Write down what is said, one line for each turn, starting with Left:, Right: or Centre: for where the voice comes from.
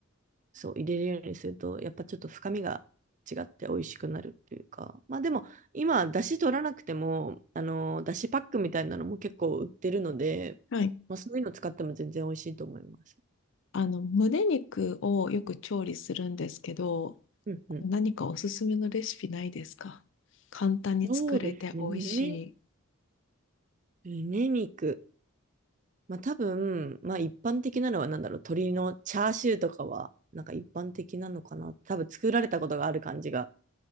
Right: そう、入れるようにすると、やっぱちょっと深みが違って美味しくなるっていうか、まあでも、今、だし取らなくても、あの、だしパックみたいなのも結構売ってるので、
Left: はい。
Right: まあそういうの使っても全然美味しいと思います。
Left: あの、胸肉をよく調理するんですけど、
Right: うんうん。
Left: 何かおすすめのレシピないですか簡単に作れて美味しい。
Right: そうですね。胸、胸肉。まあ多分、まあ一般的なのはなんだろう、鶏のチャーシューとかは、なんか一般的なのかな。多分作られたことがある感じが